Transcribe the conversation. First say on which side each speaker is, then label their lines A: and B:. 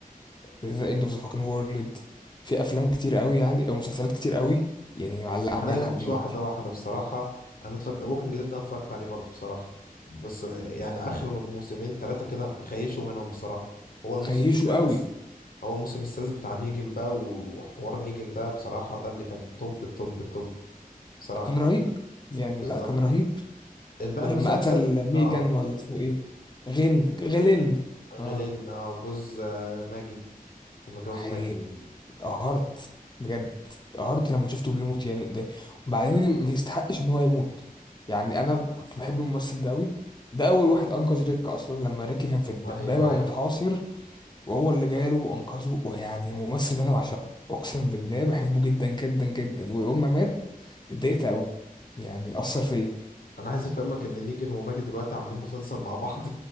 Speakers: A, on the left; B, on the left.
A: ذا اند اوف ذا فاكن وورلد في افلام كتير قوي يعني او مسلسلات كتير قوي يعني معلقه
B: انا
A: معايا
B: نمشي
A: لحد دلوقتي
B: واحده واحده بصراحه انا اتفرجت ووكينج ديد ده أنا اتفرجت عليه برضه بصراحه بس آه، يعني اخر م- موسمين ثلاثه كده مخيشوا منهم بصراحه هو الموسم
A: خيشه
B: السادس
A: قوي
B: هو الموسم السادس بتاع نيجن بقى وحوار نيجن ده بصراحه ده اللي كان توب التوب التوب بصراحه
A: كان رهيب يعني
B: بالظبط
A: لا كان رهيب
B: بقى
A: ولما
B: المسلسل
A: قتل ميجان
B: اه
A: ولا اسمه ايه غين غلين
B: غيلين
A: اه
B: اه جوز آه، ماجي متجوز
A: هي
B: ماجي
A: اتقهرت بجد اتقهرت لما شفته بيموت يعني قدامي وبعدين ما يستحقش ان هو يموت يعني انا كنت بحب الممثل ده قوي ده اول واحد انقذ ريك اصلا لما ريك كان في الدبابه
B: ايوه
A: ومتحاصر
B: ايوه
A: وهو اللي جاله وانقذه ويعني الممثل ده انا بعشقه اقسم بالله بحبه جدا جدا جدا ويوم ما مات اتضايقت قوي يعني اثر فيا
B: انا عايز افهمك ان نيجن وماجد دلوقتي عاملين مسلسل مع بعض